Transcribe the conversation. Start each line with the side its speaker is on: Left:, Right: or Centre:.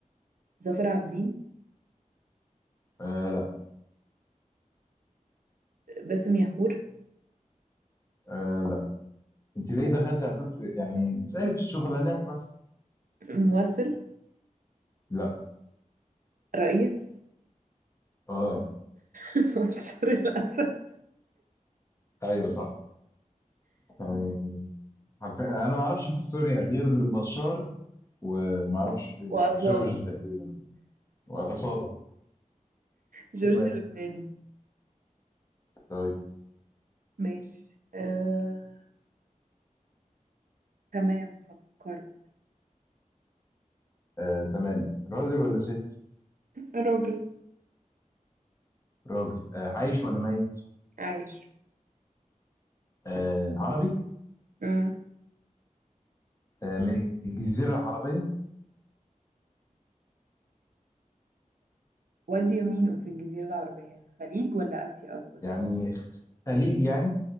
Right: ظافر عابدين
Left: آه لا
Right: باسم ياخور
Left: آه لا أنت ليه
Right: ممثل
Left: دخلت هتفرق يعني اسألي في الشغلانات مثلا
Right: ممثل.
Left: لا
Right: رئيس
Left: آه
Right: <laughs> بشار الأسد
Left: أيوه صح يعني حرفيا أنا ما أعرفش في سوريا غير بشار وما أعرفش في
Right: وأصالة
Left: جورج تقريبا وأصالة
Right: جورج
Left: تمام
Right: لبناني
Left: طيب
Right: ماشي آه... تمام فكرت
Left: آه تمام راجل ولا ست؟
Right: راجل
Left: راجل آه عايش ولا ميت؟
Right: عايش
Left: آه عربي؟
Right: مم.
Left: آه، من الجزيرة العربية
Right: وادي يمينه في الجزيرة العربية خليج ولا آسيا قصدك
Left: يعني خ- خليجي يعني